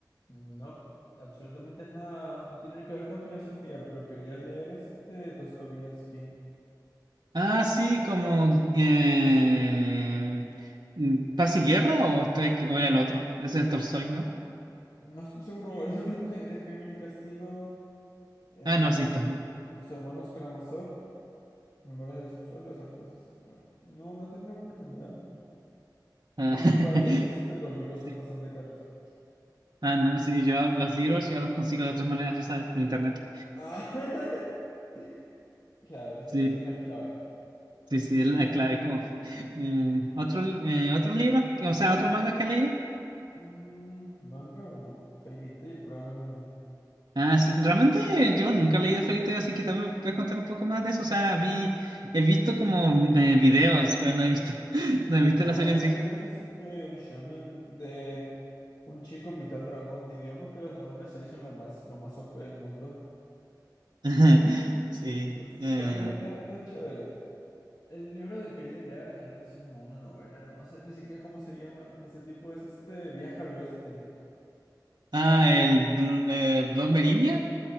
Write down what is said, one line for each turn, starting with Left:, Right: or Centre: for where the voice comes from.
Left: Mm, No, absolutamente nada. No tiene que ver con filosofía, pero quería leer este Dostoyevsky.
Right: Ah, sí, como eh, mm, Paz y Guerra o estoy aquí- o era el otro, ese es Tolstoy, ¿no?
Left: No estoy seguro, el único que es Crimen y Castigo, eh,
Right: Ah, no, sí, to-
Left: los hermanos Karamazov, Memorias del Subsuelo, esas cosas. No, no, no he tenido la oportunidad.
Right: ah,
Left: En
Right: <laughs>
Left: mi país, este, los libros son
Right: sí.
Left: bastante caros.
Right: Ah, no, sí, yo los libros yo los consigo de otras maneras, ya sabes, por internet.
Left: Ah, <laughs> claro, esa,
Right: Sí,
Left: esa es la clave.
Right: sí, sí,
Left: Mm,
Right: es la clave como eh, otro eh, otro libro, o sea, otro manga que has leído.
Left: mm, ¿manga o no? Fairy Tail, probablemente.
Right: Ah, sí, realmente yo nunca he leído Fairy Tail, así que también me puedes contar un poco más de eso. O sea, vi he visto como eh, videos, pero no he visto <laughs> no he visto
Left: No,
Right: la serie
Left: Fairy
Right: en sí.
Left: Tail es este, un shonen de un chico mitad dragón, y digamos que los dragones ahí son lo más, lo más OP del mundo.
Right: <laughs> Sí.
Left: Entonces
Right: eh,
Left: está medio, está, está chévere. El libro que quería leer, que no es como una novela, no sé ni siquiera cómo se llama ese tipo, es este Viaja al Oeste.
Right: ah, el Bl eh, Blood Meridian.